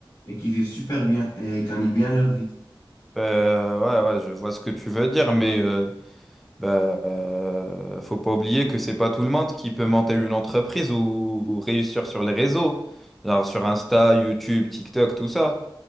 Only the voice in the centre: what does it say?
Euh, ouais, ouais, je vois ce que tu veux dire, mais euh, bah, euh, faut pas oublier que c'est pas tout le monde qui peut monter une entreprise ou, ou réussir sur les réseaux, genre sur Insta, YouTube, TikTok, tout ça.